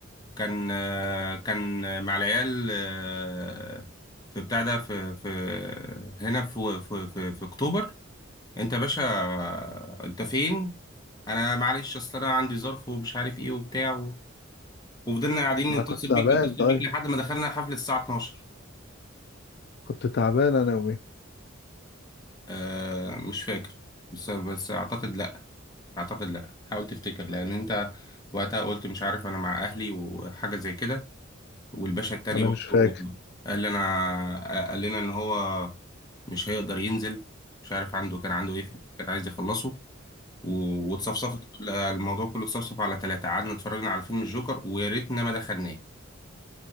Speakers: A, on the left; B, on the left.
A: كان آه، كان آه، مع العيال آه، في بتاع ده في في هنا في في في, في اكتوبر انت يا باشا انت فين انا معلش اصل انا عندي ظرف ومش عارف ايه وبتاع و... وفضلنا قاعدين
B: ما
A: نتصل
B: انا كنت تعبان
A: بيك نتصل
B: طيب
A: بيك لحد ما دخلنا حفلة الساعة 12
B: كنت تعبان انا يومي
A: آه مش فاكر بس بس اعتقد لا اعتقد لا حاول تفتكر لان انت وقتها قلت مش عارف انا مع اهلي وحاجة زي كده والباشا التاني
B: انا
A: برضه
B: مش فاكر
A: قال لنا قال لنا ان هو مش هيقدر ينزل مش عارف عنده كان عنده ايه في- كان عايز يخلصه و- واتصفصفت كل- الموضوع كله اتصفصف على ثلاثة قعدنا اتفرجنا على فيلم الجوكر ويا ريتنا ما دخلناه